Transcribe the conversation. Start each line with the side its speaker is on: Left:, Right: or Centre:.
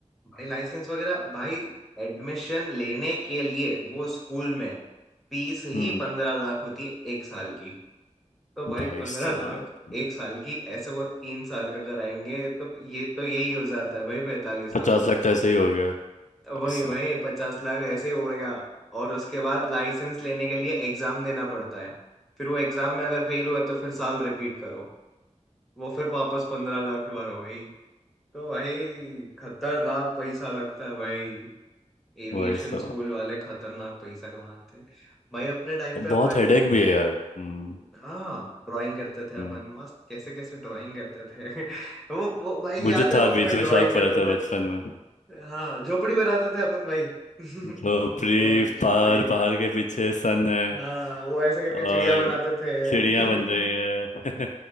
Centre: लाइसेंस वगैरह भाई एडमिशन लेने के लिए वो स्कूल में फीस ही
Left: हम्म
Centre: पंद्रह लाख होती है एक साल की तो भाई
Left: भाई
Centre: पंद्रह
Left: साहब
Centre: लाख एक साल की ऐसे वो तीन साल का कराएंगे तो ये तो यही हो जाता है भाई पैंतालीस
Left: पचास
Centre: लाख
Left: लाख तो ऐसे ही हो गया भाई
Centre: वही
Left: साहब
Centre: भाई पचास लाख ऐसे ही उड़ गया और उसके बाद लाइसेंस लेने के लिए एग्जाम देना पड़ता है फिर वो एग्जाम में अगर फेल हुआ तो फिर साल रिपीट करो वो फिर वापस पंद्रह लाख दोबारा भाई तो भाई खतरनाक पैसा लगता है भाई एविएशन
Left: भाई साहब
Centre: स्कूल वाले खतरनाक पैसा कमाते हैं भाई अपने टाइम
Left: और
Centre: पे
Left: बहुत
Centre: अपन
Left: हेडेक भी है यार हम्म
Centre: हाँ ड्राइंग करते थे अपन
Left: हम्म
Centre: मस्त कैसे कैसे ड्राइंग करते थे <laughs> वो वो
Left: <laughs>
Centre: भाई याद
Left: मुझे
Centre: है
Left: था
Centre: अपन
Left: बीच में
Centre: ड्राइंग
Left: शौक
Centre: करते
Left: पड़ा था बचपन
Centre: थे
Left: में
Centre: हाँ झोपड़ी बनाते थे अपन भाई <laughs> वो
Left: झोपड़ी
Centre: झोपड़ी
Left: पहाड़ पहाड़ के पीछे सन है
Centre: हाँ वो ऐसे करके
Left: और
Centre: चिड़िया बनाते थे
Left: चिड़िया बन रही
Centre: <laughs>
Left: है